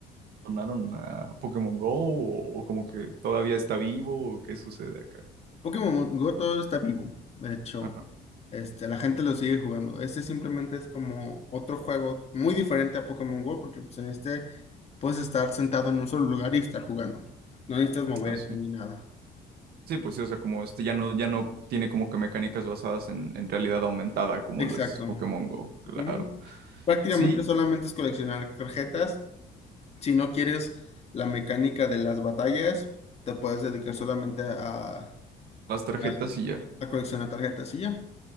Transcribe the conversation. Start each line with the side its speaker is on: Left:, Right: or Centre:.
Right: donaron a Pokémon Go o, o como que todavía está vivo o qué sucede acá.
Left: Pokémon Go todo está vivo, de hecho,
Right: Ah.
Left: este, la gente lo sigue jugando. Este simplemente es como otro juego muy diferente a Pokémon Go, porque pues en este puedes estar sentado en un solo lugar y estar jugando. No necesitas moverte
Right: Ah, sí.
Left: ni nada.
Right: Sí, pues sí, o sea, como este ya no, ya no tiene como que mecánicas basadas en, en realidad aumentada, como
Left: Exacto.
Right: lo es Pokémon Go, claro.
Left: Ujú. Prácticamente
Right: Sí,
Left: solamente es coleccionar tarjetas. Si no quieres la mecánica de las batallas, te puedes dedicar solamente a,
Right: las tarjetas
Left: a
Right: y ya.
Left: a coleccionar tarjetas y ya.